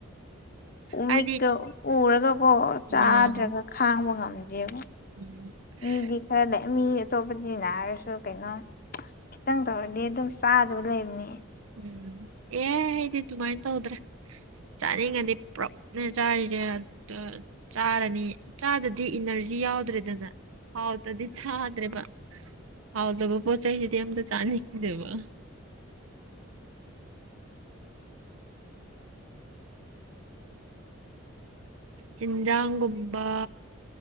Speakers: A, on the right (about 80°); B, on the left (about 45°).
A: ꯍꯥꯏꯗꯤ
B: ꯃꯤꯠꯀ ꯎꯔꯒꯀꯣ ꯆꯥꯗ꯭ꯔꯒ
A: ꯑꯥ
B: ꯈꯥꯡꯕ ꯉꯝꯗꯦꯕ
A: <unintelligible>
B: ꯃꯤꯗꯤ ꯈꯔ ꯂꯩ ꯃꯤ ꯑꯇꯣꯞꯄꯗꯤ ꯅꯥꯔꯁꯨ ꯀꯩꯅꯣ ꯈꯤꯇꯪ ꯇꯧꯔꯗꯤ ꯑꯗꯨꯝ ꯆꯥꯗꯕ ꯂꯩꯕꯅꯦ
A: ꯎꯝ ꯑꯦ ꯑꯩꯗꯤ ꯗꯨꯃꯥꯢ ꯇꯧꯗ꯭ꯔꯦ ꯆꯥꯅꯤꯡꯉꯗꯤ ꯄ꯭ꯔꯞꯅ ꯆꯥꯔꯤꯁꯦ ꯑ ꯆꯥꯔꯅꯤ ꯆꯥꯗꯗꯤ ꯏꯅꯔ ꯖꯤ ꯌꯥꯎꯗ꯭ꯔꯦꯗꯅ ꯍꯥꯎꯇꯗꯤ ꯆꯥꯗ꯭ꯔꯦꯕ ꯍꯥꯎꯇꯕ ꯄꯣꯠꯆꯩꯥꯁꯤꯗꯤ ꯑꯝꯇ ꯆꯥꯅꯤꯡꯗꯦꯕ ꯍꯤꯟꯖꯥꯡꯒꯨꯝꯕ